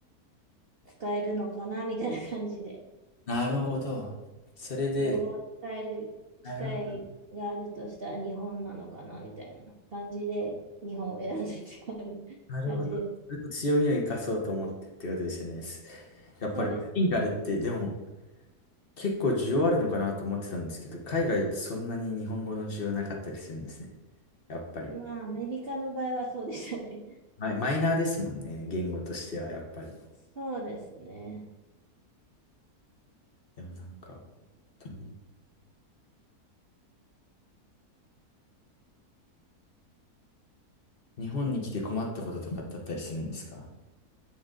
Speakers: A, on the right; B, on the left.
A: 使えるのかなみたいな感じで、
B: なるほど。それで、
A: 両方使える機会があるとしたら日本なのかなみたいな感じで日本を選んでって感じ感じです。
B: なるほど。なるほど。それと強みを生かそうと思ってってことですよね。すやっぱりバイリンガルって、
A: そうです。
B: でも結構需要あるのかなと思ってたんですけど、海外だとそんなに日本語の需要なかったりするんですね。やっぱり。
A: まあアメリカの場合はそうでしたね。
B: マイ、マイナーですもんね。言語としては、やっぱり。
A: そうですね。
B: でもなんか、本当に日本に来て困ったこととかってあったりするんですか